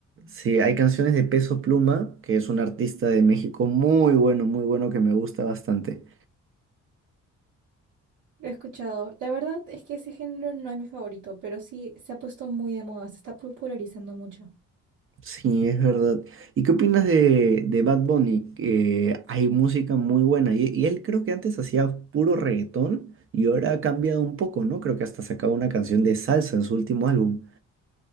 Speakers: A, on the right; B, on the right.
A: Sí, hay canciones de Peso Pluma, que es un artista de México muy bueno, muy bueno, que me gusta bastante.
B: Lo he escuchado. La verdad es que ese género no es mi favorito, pero sí se ha puesto muy de moda, se está popularizando mucho.
A: Sí, es verdad. ¿Y qué opinas de, de Bad Bunny? Eh, hay música muy buena y, y él creo que antes hacía puro reggaetón y ahora ha cambiado un poco, ¿no? Creo que hasta sacaba una canción de salsa en su último álbum.